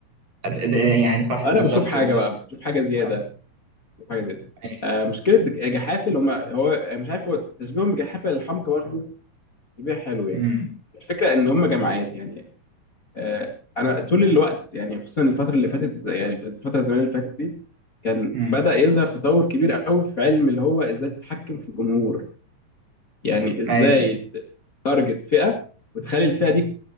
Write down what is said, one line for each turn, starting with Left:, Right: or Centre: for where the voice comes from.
Right: أب- أب- يعني صح
Left: انا
Right: بالظبط
Left: بشوف حاجه
Right: بالظبط
Left: بقى بشوف حاجه زياده
Right: آه
Left: حاجه زي ده
Right: أيوه
Left: آه، مشكله ج- جحافل هم هو مش عارف هو تشبيههم بجحافل الحمقى برضه تشبيه حلو يعني
Right: أمم،
Left: الفكره ان هم جماعات يعني آه، انا طول الوقت يعني خصوصا الفتره اللي فاتت زي- يعني الفتره الزمنيه اللي فاتت دي كان
Right: أمم،
Left: بدا يظهر تطور كبير قوي في علم اللي هو ازاي تتحكم في الجمهور يعني ازاي
Right: أيوه
Left: تارجت فئه وتخلي الفئه دي